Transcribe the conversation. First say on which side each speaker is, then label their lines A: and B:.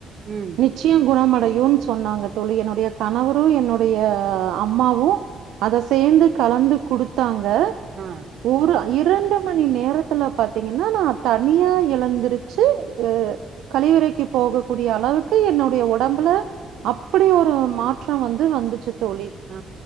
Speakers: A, on the right; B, on the right.
A: ம்
B: நிச்சியு குணமடையூனு சொன்னாங்க தோழி என்னுடைய கணவரு என்னுடைய அம்மாவு அத சேந்து கலந்து குடுத்தாங்க
A: ஆ
B: ஒரு இரண்டு மணி நேரத் த்துல பாத்தீங்கனா நா தனியா எழுந்தருச்சு அ கழிவறைக்கு போக கூடிய அளவுக்கு என்னுடைய ஒடம்புல அப்டி ஒரு மாற்றொ வந்து வந்துச்சு தோழி
A: ஆ